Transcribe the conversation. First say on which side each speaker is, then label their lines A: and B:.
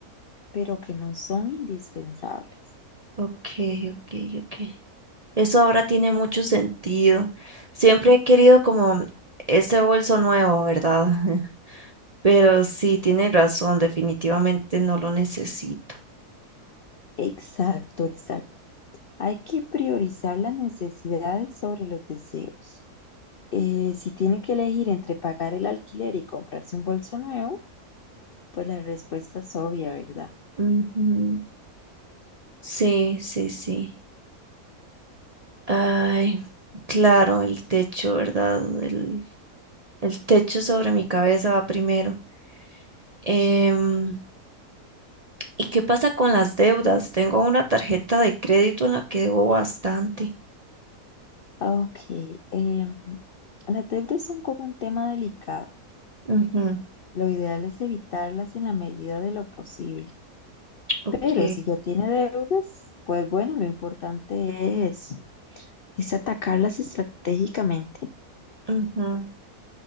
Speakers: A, on the left (about 65°); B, on the right (about 40°).
A: pero que no son indispensables.
B: ok, ok, ok. Eso ahora tiene mucho sentido. Siempre he querido como ese bolso nuevo, ¿verdad? <laughs> Pero sí, tiene razón, definitivamente no lo necesito.
A: Exacto, exacto. Hay que priorizar las necesidades sobre los deseos. Eh, si tiene que elegir entre pagar el alquiler y comprarse un bolso nuevo, pues la respuesta es obvia, ¿verdad?
B: Ujú. Sí, sí, sí. Ay, claro, el techo, ¿verdad? El, el techo sobre mi cabeza va primero. Em, ¿y qué pasa con las deudas? Tengo una tarjeta de crédito en la que debo bastante.
A: Ok, em, las deudas son como un tema delicado.
B: Ujú,
A: Lo ideal es evitarlas en la medida de lo posible.
B: Ok,
A: Pero si ya tiene deudas, pues bueno, lo importante es, es atacarlas estratégicamente.
B: ujú,